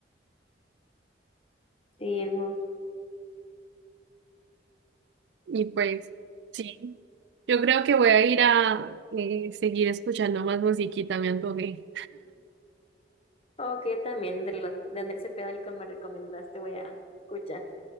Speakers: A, on the left (about 35°); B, on the right (about 80°).
A: Sí, el mu-
B: Y pues, sí, yo creo que voy a ir a eh, seguir escuchando más musiquita, me antojé.
A: Ok, también de las de Andrés Cepeda, el que me recomendaste, voy a escuchar.